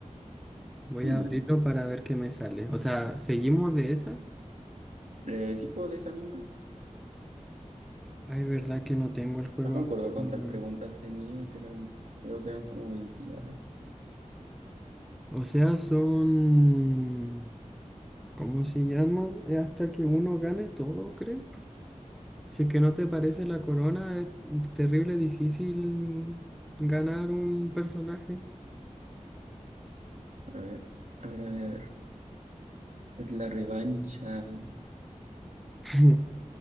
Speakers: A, in the centre; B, on the right.
A: Voy
B: Mm,
A: a abrirlo para ver qué me sale. O sea, ¿seguimos de esa?
B: eh, sí, puedo de esa misma.
A: Ay, verdad que no tengo el juego.
B: No me
A: acá,
B: acuerdo cuántas
A: weón.
B: preguntas tenía, que eran, creo que eran como 20 y algo.
A: O sea, son... ¿Cómo se llama? Es hasta que uno gane todo, creo. Si es que no te parece la corona, es terrible difícil ganar un personaje.
B: A ver, a ver, a ver, a ver. Esta es la revancha.
A: <laughs>